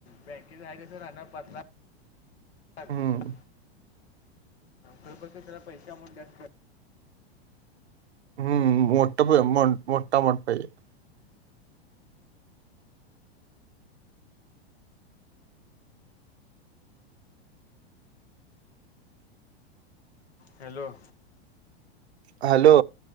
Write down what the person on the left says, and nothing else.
बँकेत आहे तसंच राहणार पाच लाख. <unintelligible>
खरं तर त्याला पैसे अमाऊंट <unintelligible>
हॅलो.